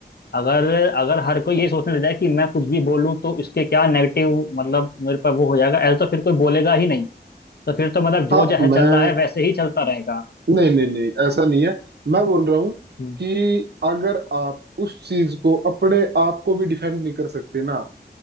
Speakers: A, on the left; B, on the right.
A: अगर अगर हर कोई ये सोचने लग जाए कि मैं कुछ भी बोलूं तो इसके क्या नेगेटिव मतलब मेरे पर वो हो जाएगा ऐसा तो फिर कोई बोलेगा ही नहीं तो फिर तो मतलब जो
B: हाँ
A: जह
B: मैं
A: चल रहा है वैसे ही चलता रहेगा
B: नहीं नहीं नहीं ऐसा नहीं है मैं बोल रहा हूँ
A: हम्म
B: कि अगर आप उस चीज को अपने आप को भी डिफेंड नहीं कर सकते ना